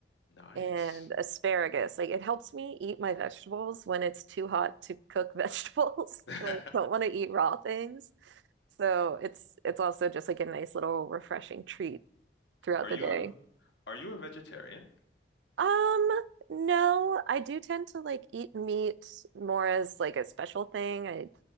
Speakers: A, on the left; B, on the right.
A: Nice.
B: and asparagus. Like it helps me eat my vegetables when it's too hot to cook vegetables
A: <laughs>
B: <laughs> and I don't want to eat raw things. So it's it's also just like a nice little refreshing treat throughout
A: Are you
B: the day.
A: a, are you a vegetarian?
B: Um, no, I do tend to like eat meat more as like a special thing. I